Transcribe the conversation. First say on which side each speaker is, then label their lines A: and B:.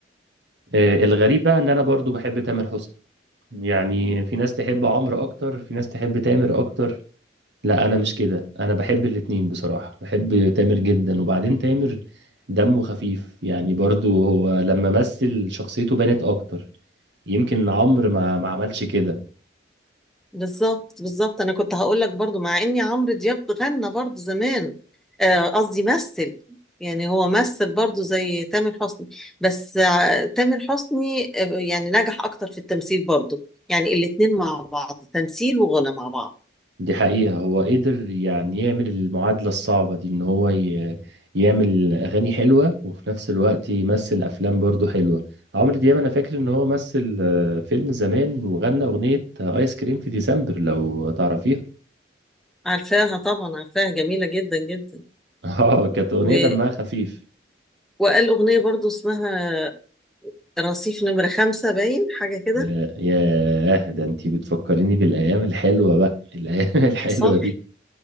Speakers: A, on the right (about 65°); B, in the centre.
A: آه، الغريب بقى ان انا برضو بحب تامر حسني يعني في ناس تحب عمرو اكتر في ناس تحب تامر اكتر لا انا مش كده انا بحب الاتنين بصراحة بحب تامر جدا وبعدين تامر دمه خفيف يعني برضو هو لما مثل شخصيته بانت اكتر يمكن عمرو ما ما عملش كده
B: بالظبط بالظبط انا كنت هقول لك برضو مع اني عمرو دياب غنى برضو زمان آه، قصدي مثل يعني هو مثل برضو زي تامر حسني بس آه، تامر حسني آه، يعني نجح اكتر في التمثيل برضو يعني الاتنين مع بعض تمثيل وغنى مع بعض
A: دي حقيقة هو قدر يعني يعمل المعادلة الصعبة دي ان هو ي... يعمل اغاني حلوة وفي نفس الوقت يمثل افلام برضو حلوة عمرو دياب انا فاكر ان هو مثل آه، فيلم زمان وغنى اغنية آه، ايس كريم في ديسمبر لو تعرفيها
B: عارفاها طبعا عارفاها جميلة جدا جدا
A: <laughs> اه كانت اغنية
B: و...
A: دمها خفيف
B: وقال اغنية برضو اسمها رصيف نمرة خمسة باين حاجة كده
A: يا ياه ده انتي بتفكريني بالايام الحلوه بقى الايام <laughs> الحلوه
B: صح؟
A: دي